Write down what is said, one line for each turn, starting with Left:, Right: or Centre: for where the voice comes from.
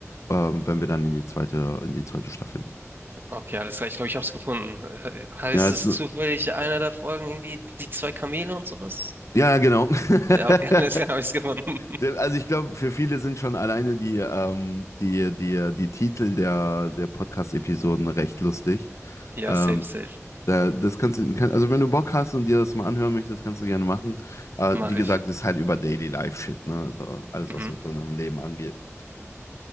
Left: ähm, wenn wir dann in die zweite, in die zweite Staffel gehen.
Right: okay, alles klar. Ich glaube, ich habe es gefunden. Äh, Heißt
Left: Ja, es,
Right: es zufällig einer der Folgen irgendwie die zwei Kamele und sowas?
Left: Ja, ja, genau.
Right: Ja,
Left: <laughs>
Right: okay, <laughs> alles klar, habe ich es gefunden.
Left: Der- Also ich glaube, für viele sind schon alleine die, ähm, die, die, die Titel der, der Podcast-Episoden recht lustig.
Right: Ja,
Left: Ähm,
Right: safe, safe.
Left: da, das kannst du, kann, also wenn du Bock hast und dir das mal anhören möchtest, kannst du gerne machen. Äh,
Right: Mache
Left: wie gesagt,
Right: ich.
Left: ist halt über Daily Life Shit, ne? Also alles,
Right: Mhm.
Left: was mit so einem Leben angeht.